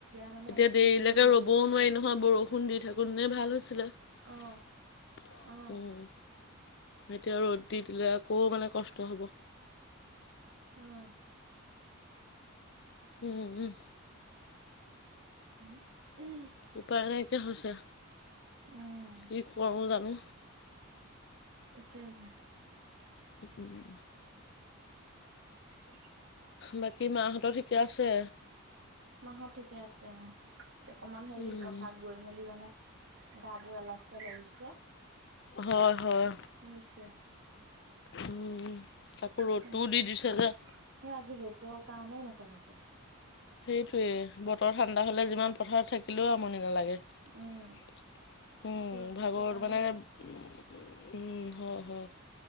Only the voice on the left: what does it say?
এতিয়া
দেৰিলৈকে
ৰ'বও
নোৱাৰি নহয় বৰষু খুন্দি থাকো নে ভাল হৈছিলে উম।
এতিয়া ৰ'দ দি দিলে আকৌ মানে কষ্ট হ'ব।
উম, উম।
উপায় নাইকিয়া হৈছে।
কি কৰোঁ জানো,
উম।
বাকী মাহঁতৰ ঠিকে আছে?
উম,
হয়, হয়।
উম, তাকো ৰ'দটোও
দি দিছে যে।
সেইটোয়ে বতৰ ঠাণ্ডা হ'লে যিমান পথাৰত থাক কিলেও আমনি নালাগে উম
ভাগৰত
মানে উম, হয়, হয়।